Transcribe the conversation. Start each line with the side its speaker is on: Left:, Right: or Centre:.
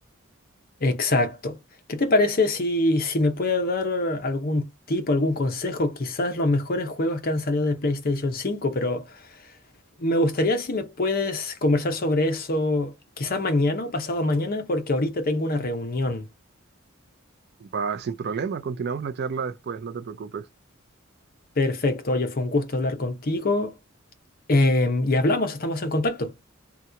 Left: Exacto. ¿Qué te parece si, si me puedes dar algún tipo, algún consejo? Quizás los mejores juegos que han salido de PlayStation 5, pero me gustaría si me puedes conversar sobre eso quizás mañana o pasado mañana, porque ahorita tengo una reunión.
Right: Va, sin problema. Continuamos la charla después, no te preocupes.
Left: Perfecto, oye, fue un gusto hablar contigo. Em, y hablamos, estamos en contacto.